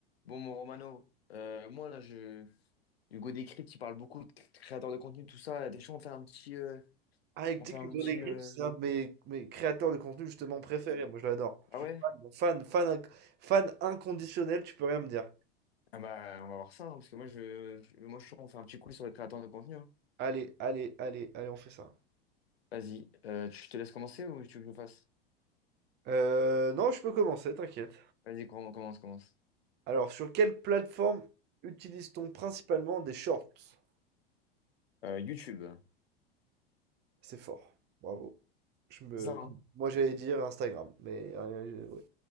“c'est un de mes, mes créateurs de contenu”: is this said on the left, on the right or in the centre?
Right